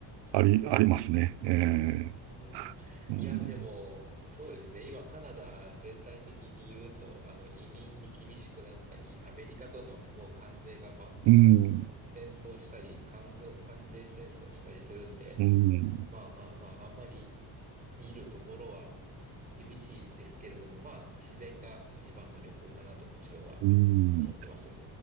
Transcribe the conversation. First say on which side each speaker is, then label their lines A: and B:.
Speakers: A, on the right (about 65°); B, on the right (about 20°).
A: あり、ありますね。えー、
B: うーん。
A: うん、
B: いや、でも、そうですね。今、カナダ全体的に言うと、あの、移民に厳しくなったり、アメリカとのもう関税がバンバン戦争したり、
A: うん、
B: 関税、関税戦争したりするんで、
A: うん、
B: まあまあまあ、あんまり見るところは厳しいですけれども、まあ、自然が一番の旅行かなと自分は
A: うん。
B: 思ってます。